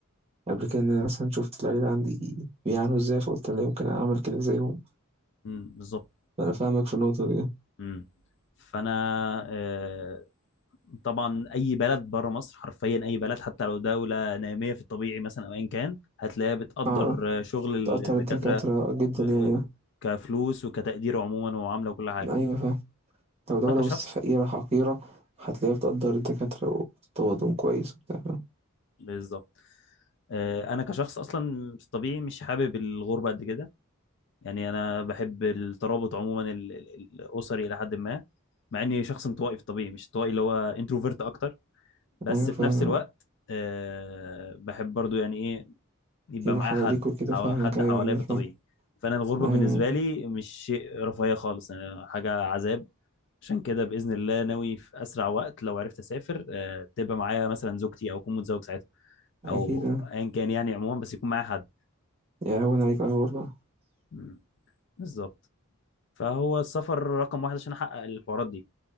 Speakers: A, on the right; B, on the left.
A: قبل كده إن أنا مثلا شفت اللعيبة عندي بيعانوا إزاي فقلت أنا لا يمكن أعمل كده زيهم
B: مم، بالظبط
A: أنا فاهمك في النقطة دي
B: امم فانا آه، طبعا اي بلد بره مصر حرفيا اي بلد حتى لو دوله ناميه في الطبيعي مثلا او ايا كان هتلاقيها بتقدر
A: آه آه.
B: آه، شغل ال-
A: بتقدر
B: الدكاتره
A: الدكاترة جدا
B: آه،
A: يعني آه.
B: كفلوس وكتقدير عموما ومعامله وكل حاجه
A: أيوة فاهم لو دولة
B: انا كشخص
A: وسط فقيرة حقيرة هتلاقيها بتقدر الدكاترة وبتطوضهم
B: مم،
A: كويس وبتاع فاهم
B: بالظبط آه، انا كشخص اصلا في الطبيعي مش حابب الغربه قد كده يعني انا بحب الترابط عموما ال- ال- الاسري الى حد ما مع اني شخص انطوائي في الطبيعي مش انطوائي اللي هو انتروفيرت اكتر بس
A: أيوة فاهم
B: في نفس الوقت آه، بحب برضو يعني ايه يبقى
A: يبقوا
B: معايا
A: حواليك
B: حد
A: وكده
B: حو-
A: فاهمك
B: حد
A: أيوة
B: حواليا
A: أيوة
B: في
A: فاهم
B: الطبيعي فانا الغربه
A: أيوة
B: بالنسبه
A: أيوة.
B: لي مش شيء رفاهيه خالص أنا حاجه عذاب عشان كده باذن الله ناوي في اسرع وقت لو عرفت اسافر آه، تبقى معايا مثلا زوجتي او اكون متزوج ساعتها
A: أكيد
B: او
A: آه.
B: ايا كان يعني عموما بس يكون معايا حد
A: يهون عليك أيوة والله
B: مم. بالظبط فهو السفر رقم واحد عشان احقق الحوارات دي